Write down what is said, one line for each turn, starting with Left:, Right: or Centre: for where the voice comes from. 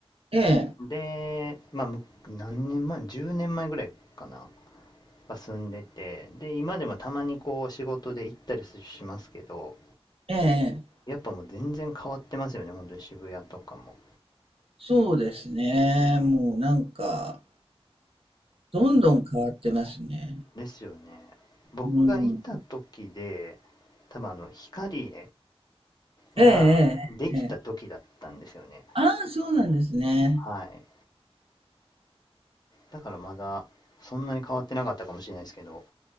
Right: ええ、
Left: で、まあ、む何年前 ?10 年前ぐらいかなは住んでて、で、今でもたまにこう仕事で行ったりしますけど、
Right: ええ、
Left: やっぱもう全然変わってますよね、本当に渋谷とかも。
Right: そうですね。もうなんか、どんどん変わってますね。
Left: ですよね。僕がいた時で、
Right: うん。
Left: 多分あの、光
Right: ええええええ。
Left: ができた時だったんですよね。
Right: ああ、そうなんですね。
Left: はい。だからまだ、そんなに変わってなかったかもしれないですけど、